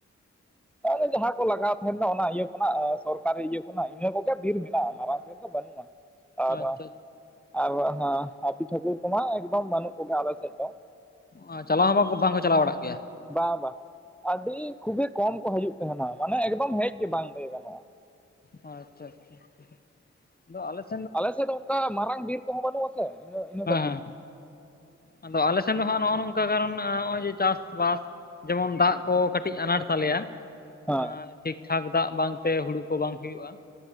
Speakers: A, in the centre; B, on the left (about 30°).
A: ᱟᱨᱮ ᱡᱟᱦᱟᱸ ᱠᱚ ᱞᱟᱜᱟᱣ ᱛᱟᱦᱮᱸᱱ ᱫᱚ ᱚᱱᱟ ᱤᱭᱟᱹ ᱠᱷᱚᱱᱟᱜ, ᱮᱸ ᱥᱚᱨᱠᱟᱹᱨᱤ ᱤᱭᱟᱹ ᱠᱷᱚᱱᱟᱜ ᱤᱱᱟᱹ ᱠᱚᱜᱮ ᱵᱤᱨ ᱢᱮᱱᱟᱜᱼᱟ, ᱢᱟᱨᱟᱝ ᱵᱤᱨ ᱫᱚ ᱵᱟᱹᱱᱩᱜᱼᱟ, ᱟᱨᱼᱟ
B: ᱟᱪᱪᱷᱟ
A: ᱟᱨ ᱦᱚ ᱦᱟᱸᱜ ᱦᱟᱺᱛᱤ ᱴᱷᱟᱹᱠᱩᱨ ᱠᱚᱢᱟᱜ ᱮᱠᱫᱚᱢ ᱵᱟᱹᱱᱩᱜ ᱠᱚᱜᱮ ᱟᱞᱮ ᱥᱮᱫ ᱫᱚ ᱾
B: ᱚᱸ ᱪᱟᱞᱟᱣ ᱦᱚᱸ ᱵᱟᱝᱠᱚ, ᱵᱟᱝᱠᱚ ᱪᱟᱞᱟᱣ ᱵᱟᱲᱟᱜ ᱜᱮᱭᱟ?
A: ᱵᱟ ᱵᱟᱝ ᱟᱹᱰᱤ ᱠᱷᱩᱵᱮ ᱠᱚᱢ ᱠᱚ ᱦᱤᱡᱩᱜ ᱛᱟᱦᱮᱸᱱᱟ, ᱢᱟᱱᱮ ᱮᱠᱫᱚᱢ ᱦᱮᱡ ᱜᱮ ᱵᱟᱝ ᱞᱟᱹᱭ ᱜᱟᱱᱚᱜᱼᱟ ᱾
B: ᱚ ᱟᱪᱪᱷᱟ ᱟᱪᱪᱷᱟ ᱟᱪᱪᱷᱟ, ᱫᱚ ᱟᱞᱮ ᱥᱮ-
A: ᱟᱞᱮᱥᱮᱫ ᱫᱚ ᱚᱱᱠᱟ ᱢᱟᱨᱟᱝ ᱵᱤᱨ ᱠᱚᱦᱚᱸ ᱵᱟᱹᱱᱩᱜᱼᱟ ᱥᱮ, ᱤᱱᱟᱹ ᱤᱱᱟᱹ
B: ᱦᱮᱸ
A: ᱠᱷᱟᱹᱛᱤᱨ
B: ᱦᱮᱸ
A: ᱜᱮ ᱾
B: ᱟᱫᱚ ᱟᱞᱮ ᱥᱮᱱ ᱫᱚ ᱦᱟᱸᱜ ᱱᱚᱜᱼᱚ ᱱᱚᱝᱠᱟ ᱠᱟᱨᱚᱱ ᱟᱸ ᱱᱚᱜᱼᱚᱭ ᱡᱮ ᱪᱟᱥ ᱵᱟᱥ ᱡᱮᱢᱚᱱ ᱫᱟᱜ ᱠᱚ ᱠᱟᱹᱴᱤᱡ ᱟᱱᱟᱴ ᱛᱟᱞᱮᱭᱟ,
A: ᱦᱮᱸ
B: ᱟᱸ ᱴᱷᱤᱠ ᱴᱷᱟᱠ ᱫᱟᱜ ᱵᱟᱝ ᱛᱮ ᱦᱩᱲᱩ ᱠᱚ ᱵᱟᱝ ᱦᱩᱭᱩᱜᱼᱟ ᱾